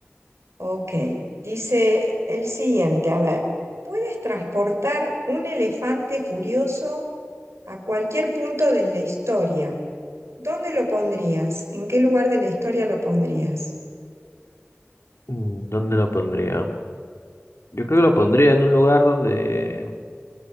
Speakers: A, on the right (about 75°); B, on the left (about 70°).
A: Ok, dice el siguiente, a ver, ¿puedes transportar un elefante furioso a cualquier punto de la historia? ¿Dónde lo pondrías? ¿En qué lugar de la historia lo pondrías?
B: Mm, ¿Dónde lo pondría? Yo creo que lo pondría en un lugar donde,